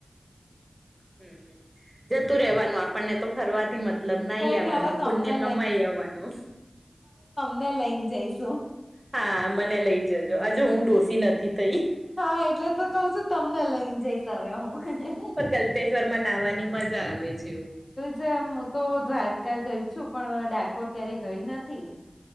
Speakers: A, on the right (about 15°); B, on the left (about 55°).
A: હમ્મ જતું રેવાનું આપણને તો ફરવાથી મથ મતલબ નાહી
B: કઈ
A: આવાનું
B: નઈ હવે તમને
A: પુણ્ય કમાઈ આવવાનું.
B: ના લઈને જઈશું.
A: હા મને લઈ જજો હજુ હું ડોસી નથી થઈ.
B: હા, એટલે તો કઉ છું, તમને લઈન જઈશ હવે હું.
A: ગલ્તેશ્વરમાં નાવાની મજા આવે છે એવુ.
B: તે મુ તો દ્વારકા ગઈ છું, પણ ડાકોર ક્યારેય ગઈ નથી.